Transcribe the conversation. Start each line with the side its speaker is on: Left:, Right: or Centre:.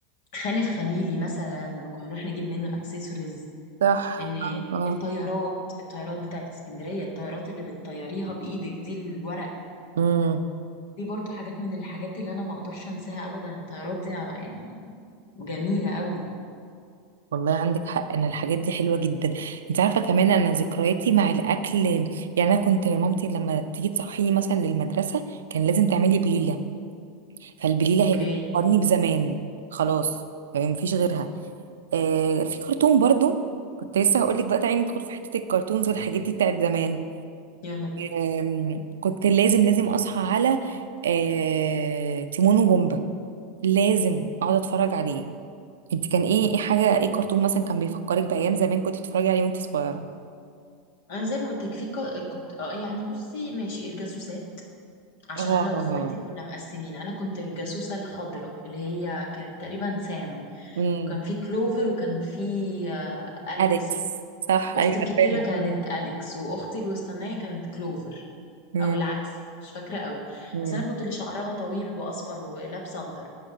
Left: خان الخليلي مثلا لما كنا نروح نجيب منه اكسسوارز
Right: صح
Left: ان
Right: اه آه.
Left: الطيارات الطيارات بتاعت اسكندرية الطيارات اللي بتطيريها بإيدك دي الورق
Right: امم
Left: دي برضو حاجات من الحاجات اللي انا ما اقدرش انساها ابدا الطيارات دي يعني جميلة قوي
Right: والله عندك حق انا الحاجات دي حلوه جدا انت عارفه كمان انا ذكرياتي مع الاكل يعني انا كنت مامتي لما تيجي تصحيني مثلا للمدرسه كان لازم تعملي بليله فالبليله
Left: اوكي
Right: هي بتفكرني بزمان خلاص يعني مفيش غيرها آه في كرتون برضو كنت لسه هقول لك بقى تعالي ندخل في حته الكرتونز والحاجات دي بتاعت زمان
Left: يلا بينا
Right: آم، كنت لازم لازم اصحى على آه تيمون وبومبا لازم اقعد اتفرج عليه انت كان ايه ايه حاجه ايه كرتون مثلا كان بيفكرك بايام زمان كنت بتتفرجي عليه وانت صغيره
Left: انا زي ما قلت لك في كو- كنت اه يعني بصي ماشي الجاسوسات عشان
Right: اه
Left: انا واخواتي كنا مقسمين انا كنت الجاسوسة الخضراء اللي هي كانت تقريبا سام
Right: امم
Left: وكان في كلوفر وكان في آه، اليكس
Right: اليكس صح
Left: اختي
Right: ايوه
Left: الكبيرة
Right: عارفاه.
Left: كانت اليكس واختي الوسطانية كانت كلوفر
Right: امم
Left: او العكس مش فاكرة قوي
Right: امم
Left: بس انا كنت اللي شعرها طويل واصفر ولابسة اخضر